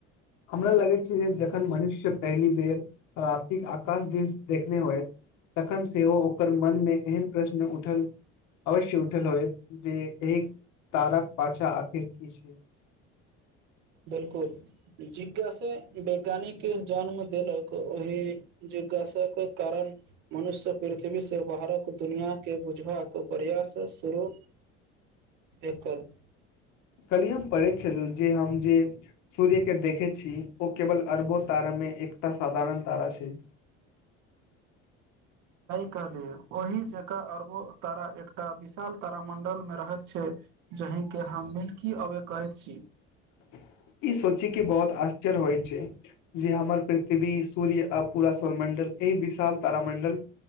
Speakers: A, on the left; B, on the right.
A: हमरा लगै छै जे जखन मनुष्य पहिली बेर रतिक आकाश दिस देखने होइत तखन सेहो ओकर मनमे एहन प्रश्न उठल अवश्य उठल होत जे एहि ताराक पाछा आखर की छै
B: बिल्कुल जिज्ञासा वैज्ञानिक जन्म देलक ओहि जिज्ञासाक कारण मनुष्य पृथ्वी से बाहरक दुनिया के बुझवा परि क स शुरू एकल
A: कलिहम पढै छलू जे हम जे सूर्य के देखै छी ओ केवल अरबो तारामे एकटा साधारण तारा छै <inaudible>
B: क दे ओहि जगह अरबो तारा एकटा विशाल तारामंडल मे रहैत छै जहि हमके हम मिल्की अबै कहैत छी
A: <inaudible> ई सोची की बहुत आश्चर्य होइ छै जे हमर पृथ्वी सूर्य आ पुरा स्वर मण्डल एहि विशाल तारामण्डल